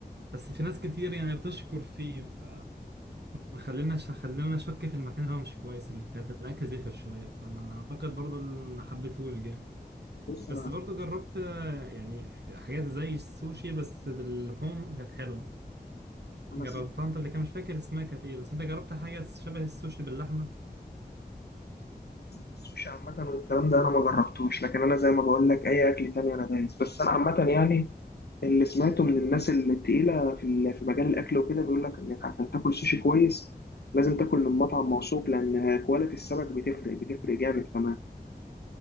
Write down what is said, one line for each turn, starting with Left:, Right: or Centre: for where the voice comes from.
Right: بس في ناس كتير يعني بتشكر فيه ف خلينا خلينا نشك في المكان اللي هو مش كويس اللي كانت الاكل زفر شويه فانا اعتقد برضو اللي ما حبيتهوش جامد
Left: بص
Right: بس
Left: أنا
Right: برضو جربت آه، يعني في حاجات زي السوشي بس باللحوم كانت حلوه
Left: أنا
Right: جربتها
Left: سمعت
Right: انت قبل كده مش فاكر اسمها كانت ايه بس انت جربت حاجه شبه السوشي باللحمه
Left: السوشي عامة والكلام ده أنا ما جربتوش لكن أنا زي ما بقول لك أي أكل تاني أنا دايس بس أنا عامة يعني اللي سمعته من الناس التقيلة في ال- في مجال الأكل وكده بيقول لك إنك عشان تاكل سوشي كويس لازم تاكل من مطعم موثوق لأن كواليتي السمك بتفرق بتفرق جامد كمان